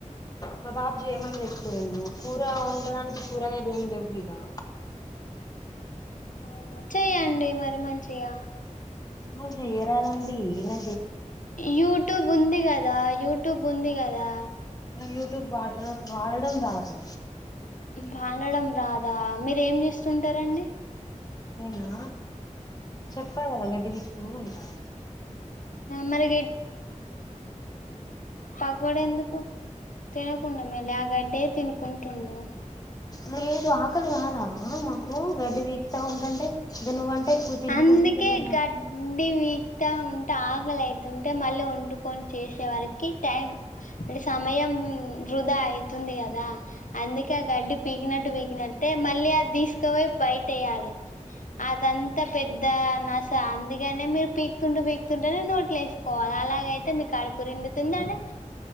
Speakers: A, on the left (about 30°); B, on the left (about 80°).
A: మా బాబు చేయమని చెప్పిండు కూర వండడానికి కూరనేది ఏం చెవిలా
B: అవునా చెయ్యండి మరి మంచిగా
A: మంచిగా చేయరాదండి ఇలా
B: యూట్యూబ్ ఉంది కదా యూట్యూబ్ ఉంది కదా
A: యూట్యూబ్ వాడ్రా వాడడం రాదు
B: వాడడం రాదా మీర ఏంచేస్తుంటారండి
A: నేనా చెప్పాకదా గట్టిగస్తూంటన్
B: మరి పకోడీ ఎందుకు తినకుండా మళ్ళ ఆ గడ్డే తినుకుంటుండు
A: లేదు ఆకలి కాదా మాకు గడ్డి పికుతా ఉంటంటే ఇగ నువ్వంటే ఎక్కువ తినుకుంటున్నావా
B: అందుకే గడ్డిపి త ఉంటే ఆకలి అవుతుంటే మళ్ళీ వండుకొని చేసేవరకి టైం అంటే సమయం వృధా అఐతుంది కదా అందుకే ఆ గడ్డి పీకినట్టు పీకినట్టే మళ్ళీ అది తీసుకు కాపోయి బైటయాలె అద్ అదంత పెద్ద నస అందుకనే మీరు పీకుతుంటే పీకుతుంటేనే నోట్లు వేసుకోవాలి అలాగైతే అయితే మీకు ఆడపురి ఎండుతుంది ఆడ